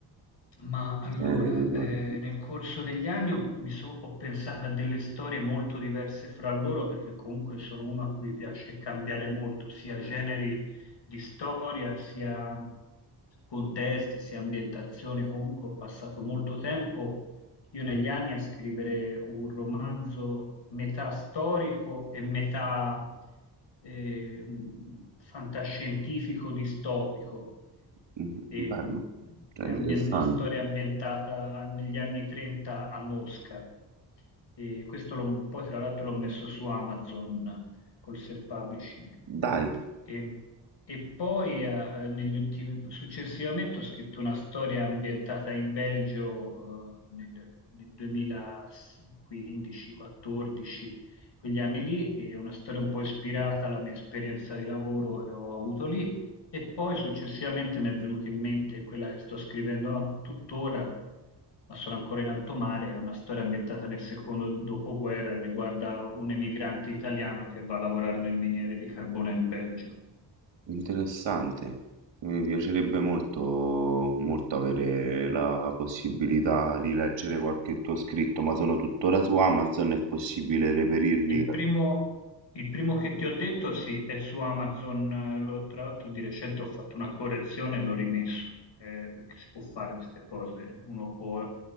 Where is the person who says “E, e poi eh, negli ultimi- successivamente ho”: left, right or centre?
Left